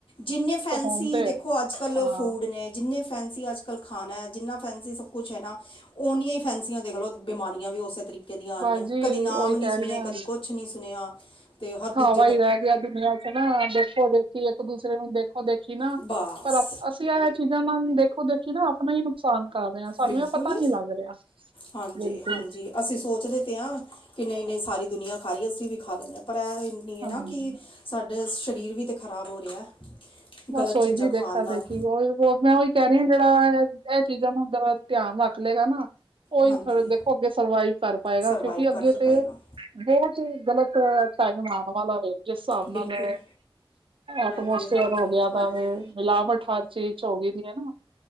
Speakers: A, on the left; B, on the right.
A: ਜਿੰਨੇ ਫੈਸੀ
B: ਤੇ ਹੁਣ ਤੇ
A: ਦੇਖੋ ਅੱਜ ਕੱਲ੍ਹ
B: ਹਾਂ
A: ਫੂਡ ਨੇ ਜਿੰਨੇ ਫੈਂਸੀ ਅੱਜ ਕੱਲ ਖਾਣਾ ਹੈ ਜਿੰਨਾ ਫੈਂਸੀ ਸਭ ਕੁਛ ਐ ਨਾ, ਓਨੀਆਂ ਹੀ ਫੈਸੀ ਆਂ ਦੇਖਲੋ ਬਿਮਾਰੀਆਂ ਵੀ ਉਸੇ ਤਰੀਕੇ ਤਰੀਕੇ ਦੀ ਆ
B: ਬਸ
A: ਰਹੀਆਂ
B: ਜੀ
A: ਕਦੇ ਨਾਮ
B: ਉਹੀ
A: ਨੀ
B: ਕਹਿ
A: ਸੁਣੇ
B: ਰਹੀ ਹਾਂ
A: ਕਦੀ ਕੁਛ ਨੀ ਸੁਣਿਆ ਤੇ ਹਰ ਦੂਜ
B: ਹਵਾਈ <unintelligible> ਦੇਖੋ ਦੇਖੋ ਕਿ ਇੱਕ ਦੂਸਰੇ ਨੂੰ ਦੇਖੋ ਦੇਖੀ ਨਾ
A: ਬਸ
B: ਪਰ ਅਸੀ ਇਹ ਚੀਜ਼ਾਂ ਨਾਲ ਦੇਖੋ ਦੇਖੀ ਨਾ ਆਪਣਾ ਹੀ ਨੁਕਸਾਨ ਕਰ ਰਿਹਾਂ ਸਾਨੂੰ
A: ਬਿਲਕੁਲ
B: ਇਹ ਪਤਾ ਨੀ ਲੱਗ ਰਿਹਾ।
A: ਹਾਂਜੀ
B: ਬਿਲਕੁਲ
A: ਹਾਂਜੀ ਅਸੀਂ ਸੋਚਦੇ ਤੇ ਹਾਂ ਕਿ ਨਹੀਂ ਨਹੀਂ ਸਾਰੀ ਦੁਨੀਆ ਸਾਰੀ ਅਸੀਂ ਵੀ ਖਾ ਲੈਂਦੇ ਹਾਂ ਪਰ ਇਹ ਇੰਨੀ ਐ
B: ਹਾਂ
A: ਨਾ ਕਿ ਸਾਡੇ ਸਰੀਰ ਵੀ ਤਾਂ ਖਰਾਬ ਹੋ ਰਿਹਾ। ਹੈ
B: ਬਸ
A: ਗਲਤ
B: ਓਹੀ
A: ਚੀਜ਼ਾਂ
B: ਚੀਜ਼
A: ਖਾਣ
B: ਦੇਖਾ ਦੇਖੀ
A: ਨਾਲ
B: <unintelligible> ਮੈਂ ਉਹੀ ਕਹਿ ਰਹੀ ਹਾਂ ਜਿਹੜਾ ਇਹ ਚੀਜ਼ਾਂ ਨੂੰ ਹੁੰਦਾ ਧਿਆਨ ਰੱਖ ਲਏਗਾ ਨਾ। ਉਹੀ
A: ਹਾਂਜੀ
B: ਥੋਹਾ ਦੇਖੋ ਅੱਗੇ ਸਰਵਾਈਵ ਕਰ ਪਾਏਗਾ
A: ਸਰਵਾਈਵ
B: ਕਿਉਂਕਿ ਅੱਗੇ
A: ਕਰ ਜ
B: ਤੇ
A: ਪਾਏਗਾ
B: ਬਹੁਤ ਹੀ ਗਲਤ ਟਾਈਮ ਆਣ ਵਾਲਾ ਵੈ ਜਿਸ ਹਿਸਾਬ
A: ਬਿਲਕੁਲ
B: ਨਾਲ ਐਟਮੋਸਫ਼ੇਆਰ
A: ਹਾਂਜੀ ਹਾਂਜੀ
B: ਹੋ ਗਿਆ
A: ਹਾਂਜੀ
B: ਨਾ ਮਿਲਾਵਟ ਹਰ ਚੀਜ਼ ਚ ਹੋ ਗਈ ਦੀ ਐ ਨਾ।